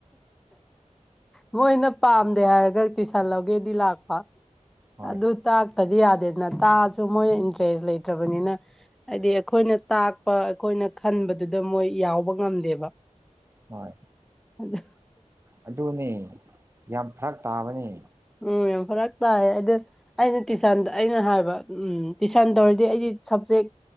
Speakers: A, in the centre; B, on the right.
A: ꯃꯣꯏꯅ ꯄꯥꯝꯗꯦ ꯍꯥꯏꯔꯒ ꯇꯨꯏꯁꯟ ꯂꯧꯒꯦꯗꯤ ꯂꯥꯛꯄ
B: ꯍꯣꯏ
A: ꯑꯗ ꯇꯥꯛꯇꯗꯤ ꯌꯥꯗꯦꯗꯅ ꯇꯥꯛꯑꯁꯨ ꯃꯣꯏꯅ ꯏꯟꯇꯔꯦꯁ ꯂꯩꯇ꯭ꯔꯕꯅꯤꯅ ꯍꯥꯏꯗꯤ ꯑꯩꯈꯣꯏꯅ ꯑꯩꯈꯣꯏꯅ ꯈꯟꯕꯗꯨꯗ ꯃꯣꯏ ꯌꯥꯎꯕ ꯉꯝꯗꯦꯕ
B: ꯍꯣꯏ
A: ꯑꯗꯨ
B: ꯑꯗꯨꯅꯦ ꯌꯥꯝ ꯐꯔꯛ ꯇꯥꯕꯅꯤ
A: ꯎꯝ ꯌꯥꯝ ꯐꯔꯛ ꯇꯥꯏ ꯑꯩꯗꯤ ꯑꯩꯅ ꯇꯨꯏꯁꯟ ꯑꯩꯅ ꯍꯥꯏꯕ ꯎꯝ ꯇꯨꯏꯁꯟ ꯇꯧꯔꯗꯤ ꯑꯩꯗꯤ ꯁꯕꯖꯦꯛ